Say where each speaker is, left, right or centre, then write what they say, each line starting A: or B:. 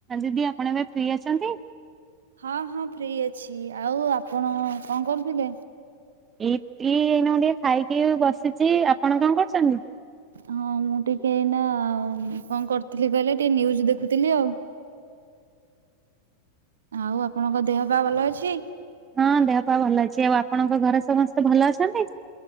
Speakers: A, on the right; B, on the right.
A: ଦିଦି ଆପଣ ଏବେ ଫ୍ରି ଅଛନ୍ତି।
B: ହଁ ହଁ ଫ୍ରି ଅଛି। ଆଉ ଆପଣ କଣ କରୁଥିଲେ?
A: ଏଇ ଏଇନା ଟିକେ ଖାଇକି ବସିଛି। ଆପଣ କଣ କରୁଛନ୍ତି?
B: ହଁ ମୁଁ ଟିକେ ଏଇନା କଣ କରିଥିଲି କହିଲେ ଟିକେ ନିୁଜ ଦେଖୁଥିଲି ଆଉ। ଆଉ ଆପଣଙ୍କ ଦେହ ପା ଭଲ ଅଛି।
A: ହଁ ଦେହ ପା ଭଲ ଅଛି। ସେ ଆଉ ଆପଣଙ୍କ ଘରେ ସମସ୍ତେ ଭଲ ଅଛନ୍ତି।